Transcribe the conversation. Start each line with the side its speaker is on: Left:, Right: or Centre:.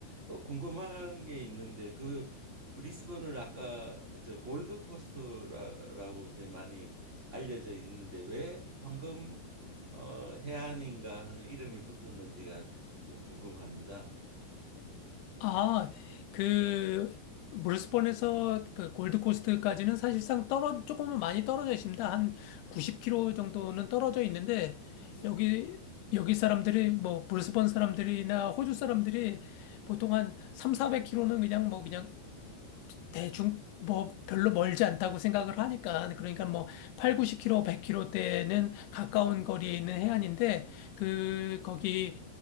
Right: 또 궁금한 게 있는데 그 브리스번을 아까 저 골드 코스트라고 이제 많이 알려져 있는데 왜 황금 어, 해안인가 하는 이름이 붙었는지가 좀 궁금합니다.
Left: 아, 그 브리스번에서 그 골드코스트까지는 사실상 떨어 조금은 많이 떨어져 있습니다. 한 90km 정도는 떨어져 있는데
Right: 네.
Left: 여기 여기 사람들이 뭐 브리스번 사람들이나 호주 사람들이 보통 한 3, 400km는 그냥 뭐 그냥 대중 뭐 별로 멀지 않다고 생각을 하니까 그러니까 뭐 8, 90km, 100km대는 가까운 거리에 있는 해안인데 그 거기